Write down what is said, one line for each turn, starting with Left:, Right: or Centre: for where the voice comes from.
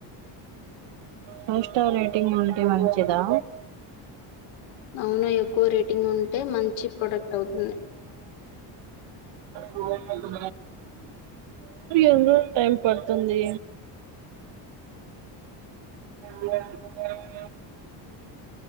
Right: ఫైవ్ స్టార్ రేటింగ్ ఉంటే మంచిదా
Left: అవును ఎక్కువ రేటింగ్ ఉంటే మంచి ప్రోడక్ట్ అవుతుంది
Right: రోజు ఎంత టైం పడుతుంది నమాజు సౌండ్